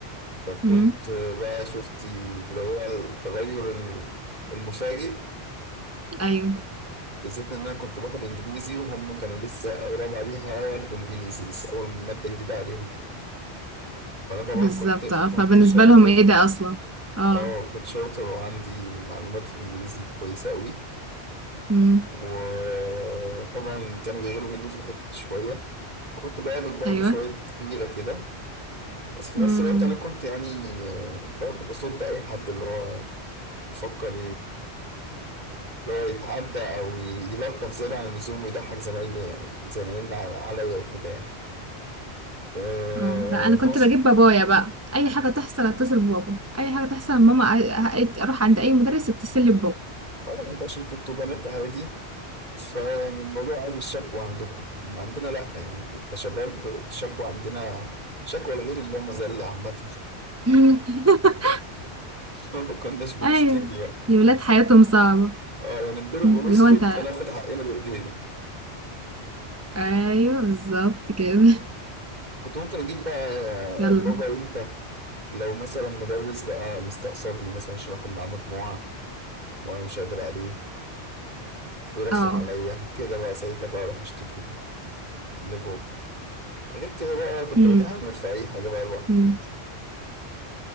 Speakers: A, on the right; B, on the right.
A: فكنت
B: مم.
A: بقى شفتي اللي هو التغير المفاجئ
B: ايوه
A: بالذات ان انا كنت باخد انجليزي وهم كانوا لسه اول رابعه ليها ياخدوا انجليزي لسه اول ماده جديده عليهم فانا طبعا
B: بالظبط
A: كنت كنت
B: اه فبالنسبة
A: شاطر
B: لهم ايه ده اصلا اه
A: اه كنت شاطر وعندي معلومات في الانجليزي كويسه قوي
B: مم.
A: وطبعا كانوا بيغيروا مني في الحته دي شويه وكنت بقابل برضه
B: ايوه
A: شويه غيره كده بس في
B: مم.
A: نفس الوقت انا كنت يعني آه، برضه بصد اي حد اللي هو يفكر لو يتعدى او يلطف زياده عن اللزوم ويضحك زمايلي زمايلنا على- عليا وكده يعني آه
B: اه لا انا
A: ناصح
B: كنت بجيب بابايا بقى اي حاجة تحصل اتصل ببابا اي حاجة تحصل ماما أ- أ- اروح عند اي مدرس اتصل لي ببابا
A: اه انت عشان كنتوا بنات عادي فيعني الموضوع عادي الشكوى عندكم اما عندنا لا يعني كشباب الشكوى عندنا شكوى الغير اللي مذلة عامة
B: <laughs>
A: <laughs> ما كناش بنشتكي
B: ايوه
A: بقى
B: الولاد حياتهم صعبة
A: اه يعني نضرب
B: مم.
A: ونسكت
B: اللي هو انت
A: هناخد حقنا بايدينا
B: ايوه بالظبط كده
A: كنت ممكن اجيب بقى
B: <laughs> يلا
A: بابا امتى لو مثلا مدرس بقى مستقصدني مثلا عشان اخد معاه مجموعة وانا مش قادر عليه بيرخم
B: اه
A: عليا كده بقى ساعتها بقى اروح اشتكي له لبابا غير كده بقى كنت
B: مم.
A: بتعامل في اي حاجه بقى لوحدي
B: مم.
A: يعني